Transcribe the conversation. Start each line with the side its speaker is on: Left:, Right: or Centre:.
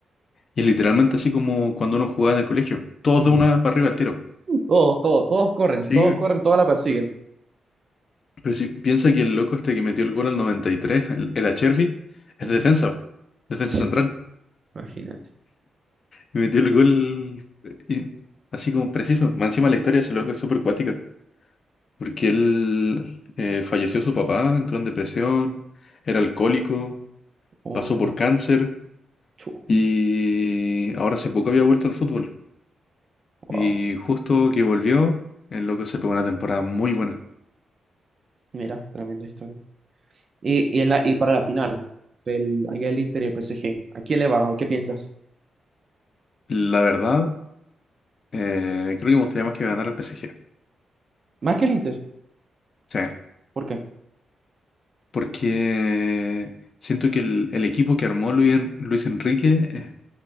Left: Y es literalmente así como cuando uno jugaba en el colegio. Todos
Right: <laughs>
Left: de una para arriba al tiro.
Right: Todos, todos, todos corren,
Left: Sí.
Right: todos corren, todos la persiguen.
Left: Pero si piensa que el loco este que metió el gol al 93, el, el Achervi, es
Right: Ujú.
Left: de defensa. Defensa
Right: <laughs>
Left: central.
Right: Imagínate.
Left: Y metió el gol eh, y- así como preciso. Más encima la historia de ese loco es súper cuática. Porque él eh, falleció su papá, entró en depresión, era alcohólico,
Right: Un
Left: pasó por cáncer
Right: chu,
Left: y ahora hace poco había vuelto al fútbol.
Right: wow.
Left: Y justo que volvió, el loco se pegó una temporada muy buena.
Right: Mira, tremenda historia. Y, y, en la, y para la final, el allá el Inter y el PSG, ¿a quién le vas o qué piensas?
Left: La verdad, eh, creo que me gustaría más que ganara el PSG.
Right: Más que el Inter,
Left: Sí,
Right: ¿por qué?
Left: porque siento que el, el equipo que armó Luis, En- Luis Enrique es